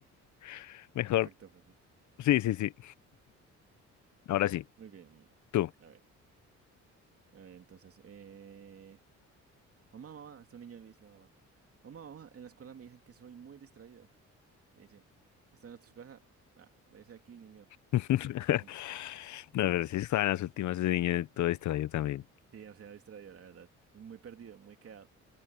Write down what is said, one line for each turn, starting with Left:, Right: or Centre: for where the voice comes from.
Left: <laughs> mejor.
Right: Perfecto, perfecto.
Left: Sí, sí, sí. Ahora sí,
Right: Muy bien. muy bien.
Left: tú.
Right: A ver. A ver, entonces. eh, Mamá, mamá. Este niño le dice a la mamá. Mamá, mamá. En la escuela me dicen que soy muy distraído. Le dice. ¿Están en tu casa? Ah, váyase de aquí, niño.
Left: <laughs>
Right: <laughs>
Left: No, pero sí estaba en las últimas ese niño todo distraído también.
Right: Sí, o sea, distraído, la verdad. Muy perdido, muy quedado.